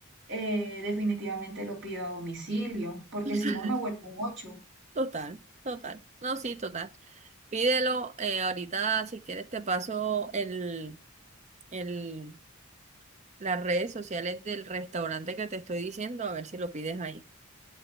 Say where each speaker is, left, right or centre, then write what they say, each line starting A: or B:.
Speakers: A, on the right; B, on the right.
A: eh, definitivamente lo pido a domicilio, porque
B: <laughs>
A: si no me vuelvo un ocho.
B: total, total. No, sí, total. Pídelo, eh, ahorita si quieres te paso el, el, las redes sociales del restaurante que te estoy diciendo, a ver si lo pides ahí.